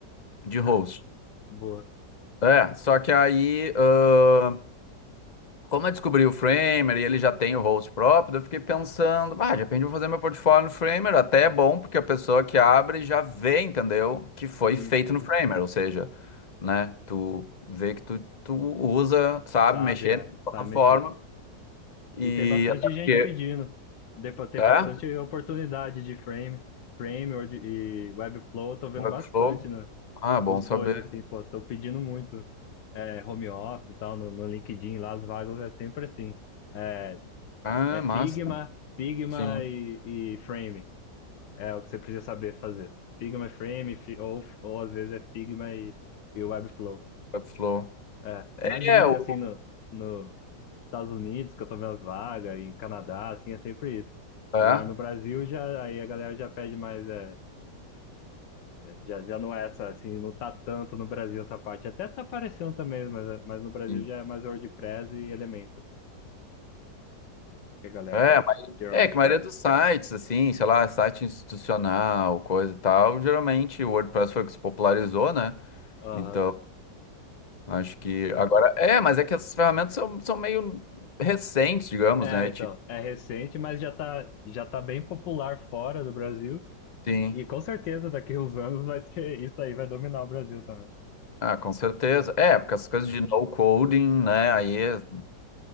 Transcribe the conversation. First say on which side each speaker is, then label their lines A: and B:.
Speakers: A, on the left (about 85°); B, on the left (about 35°).
A: <laughs>
B: de host.
A: Boa.
B: É, só que aí, ãh, como eu descobri o Framer e ele já tem o host próprio, daí eu fiquei pensando, ah, de repente eu vou fazer meu portfólio no Framer, até é bom, porque a pessoa que abre já vê, entendeu, que foi
A: Sim.
B: feito no Framer, ou seja, né, tu vê que tu, tu usa, sabe,
A: Sabe,
B: mexer
A: é,
B: na
A: sabe
B: plataforma,
A: mexer.
B: e
A: E tem bastante
B: até porque,
A: gente pedindo. Dê pra ter
B: é,
A: bastante oportunidade de frame, frame or de- e Webflow, eu tô vendo
B: Webflow,
A: bastante, né?
B: ah, bom
A: Os
B: saber,
A: dois, assim, pô, tô pedindo muito. É, home office e tal, no, no LinkedIn lá, as vagas é sempre assim É,
B: ah,
A: É Figma,
B: massa,
A: Figma
B: sim,
A: e, e Frame. É o que você precisa saber fazer. Figma, e Frame, fi- ou, ou às vezes é Figma e, e Webflow.
B: Webflow,
A: É.
B: é,
A: Na gringa,
B: o,
A: assim, no, no Estados Unidos, que eu tô vendo as vagas, e em Canadá, assim, é sempre isso.
B: é,
A: Agora no Brasil já aí a galera já pede mais, é, já, já não é essa, assim, não tá tanto no Brasil essa parte. Até tá aparecendo também, mas, mas no Brasil
B: sim.
A: já é mais WordPress e Elementor que a galera
B: É, a mai-
A: geralmente
B: é que a maioria
A: pede.
B: dos sites, assim, sei lá, site institucional, coisa e tal, geralmente o WordPress foi o que se popularizou, né?
A: Aham.
B: Então, acho que agora. É, mas é que essas ferramentas são, são meio recentes, digamos,
A: É,
B: né?
A: então,
B: Tipo,
A: é recente, mas já tá, já tá bem popular fora do Brasil.
B: sim.
A: E com certeza daqui uns anos vai ser, isso aí vai dominar o Brasil também.
B: Ah, com certeza. É, porque essas coisas de no coding, né? Aí é-